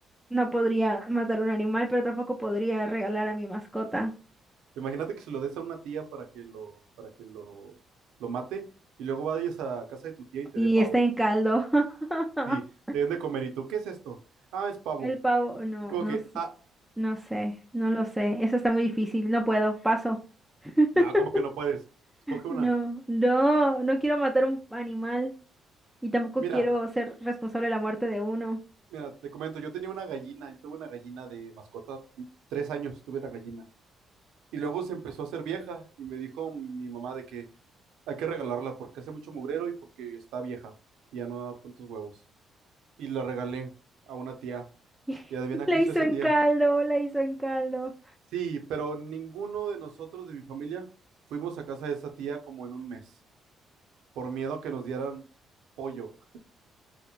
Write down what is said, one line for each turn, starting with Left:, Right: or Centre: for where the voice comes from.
Centre: No podría matar un animal, pero tampoco podría regalar a mi mascota.
Right: Imagínate que se lo des a una tía para que lo, para que lo, lo mate, y luego vayas a casa de tu tía y te
Centre: Y
Right: dé pavo.
Centre: está en caldo. <laughs>
Right: Sí, te den de comer. ¿Y tú qué es esto? Ah, es pavo.
Centre: El pavo, no,
Right: Y como
Centre: no,
Right: que,
Centre: sé-
Right: ah,
Centre: no sé, no lo sé. Eso está muy difícil, no puedo, paso. <laughs>
Right: no, como que no puedes. Escoge
Centre: No,
Right: una.
Centre: no, no quiero matar un animal y tampoco
Right: Mira,
Centre: quiero ser responsable de la muerte de uno.
Right: mira, te comento, yo tenía una gallina, yo tuve una gallina de mascota, tres años tuve una gallina. Y luego se empezó a hacer vieja y me dijo mi mamá de que hay que regalarla porque hace mucho mugrero y porque está vieja y ya no da tantos huevos. Y la regalé a una tía.
Centre: <laughs>
Right: Y adivina
Centre: La
Right: qué
Centre: hizo
Right: hizo esa
Centre: en
Right: tía.
Centre: caldo, la hizo en caldo.
Right: Sí, pero ninguno de nosotros de mi familia fuimos a casa de esa tía como en un mes. por miedo a que nos dieran pollo.